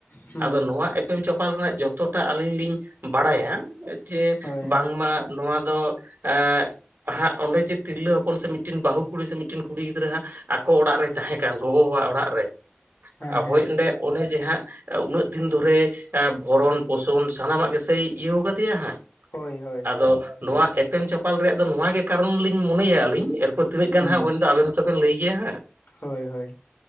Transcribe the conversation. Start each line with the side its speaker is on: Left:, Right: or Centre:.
Left: ᱦᱩᱸ
Right: ᱟᱫᱚ ᱱᱚᱣᱟ ᱮ ᱮᱯᱮᱢ ᱪᱟᱯᱟᱞ ᱨᱮᱱᱟᱜ ᱡᱚᱛᱚᱴᱟ ᱟᱞᱤᱧ ᱞᱤᱧ ᱵᱟᱲᱟᱭᱟ᱾ ᱡᱮ
Left: ᱦᱳᱭ
Right: ᱵᱟᱝᱢᱟ ᱱᱚᱭᱟ ᱫᱚ ᱮ ᱦᱟᱸᱜ ᱚᱸᱰᱮ ᱡᱮ ᱛᱤᱨᱞᱟᱹ ᱦᱚᱯᱚᱱ ᱥᱮ ᱢᱤᱫᱴᱤᱱ ᱵᱟᱹᱦᱩ ᱠᱩᱲᱤ ᱥᱮ ᱢᱤᱫᱴᱤᱱ ᱠᱩᱲᱤ ᱜᱤᱫᱽᱨᱟᱹ ᱦᱟᱸᱜ ᱟᱠᱚ ᱚᱲᱟᱜ ᱨᱮᱭ ᱛᱟᱦᱮᱸ ᱠᱟᱱ ᱜᱚᱜᱚ ᱵᱟᱵᱟ ᱚᱲᱟᱜ ᱨᱮ
Left: ᱦᱮᱸ ᱦᱮᱸ
Right: ᱦᱳᱭ ᱚᱸᱰᱮ ᱚᱱᱮ ᱡᱮ ᱦᱟᱸᱜ ᱩᱱᱟᱹᱜ ᱫᱤᱱ ᱫᱷᱚᱨᱮ ᱵᱷᱚᱨᱚᱱ ᱯᱳᱥᱚᱱ ᱥᱟᱱᱟᱢᱟᱜ ᱜᱮᱥᱮᱭ ᱤᱭᱟᱹᱣ ᱠᱟᱫᱮᱭᱟ ᱦᱟᱸᱜ
Left: ᱦᱳᱭ ᱦᱳᱭ᱾
Right: ᱟᱫᱚ ᱱᱚᱣᱟ ᱮᱯᱮᱢ ᱪᱟᱯᱟᱞ ᱨᱮᱭᱟᱜ ᱫᱚ ᱱᱚᱣᱟ ᱜᱮ ᱠᱟᱨᱚᱱ ᱞᱤᱧ ᱢᱚᱱᱮᱭᱟ ᱟᱹᱞᱤᱧ ᱮᱨᱯᱚᱨ ᱛᱤᱱᱟᱹᱜ ᱜᱟᱱ
Left: ᱦᱩᱸ
Right: ᱦᱟᱸᱜ ᱦᱳᱭᱱᱟ ᱟᱵᱮᱱ ᱛᱚ ᱵᱮᱱ ᱞᱟᱹᱭ ᱜᱮᱭᱟ ᱦᱟᱸᱜ
Left: ᱦᱳᱭ ᱦᱳᱭ